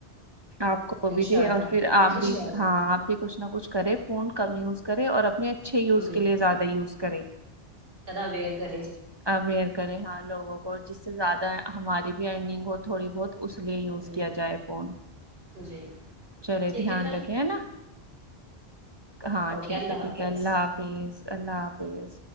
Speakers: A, on the right; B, on the right.
A: آپ کو بھی
B: انشاء
A: دے
B: اللہ
A: اور پھر آپ
B: انشاء
A: بھی
B: اللہ
A: ہاں آپ بھی کچھ نہ کچھ کرے فون کم یوز کرے اور اپنے اچھے یوز
B: جی
A: کے لیے زیادہ یوز کر کریں
B: زیادہ اویئر کریں
A: اوئر کرے ہاں لوگوں کو جس سے زیادہ ہماری بھی اینڈنگ ہو تھوڑی بہت اس لیے یوز
B: جی
A: کیا جائے فون
B: جی
A: چلے
B: ٹھیک
A: دھیان
B: ہے پھر
A: رکھیں نا ہاں
B: اوکے
A: ٹھیک
B: اللہ
A: ہے ٹھیک
B: حافظ
A: ہے اللہ حافظ اللہ لہ حافظ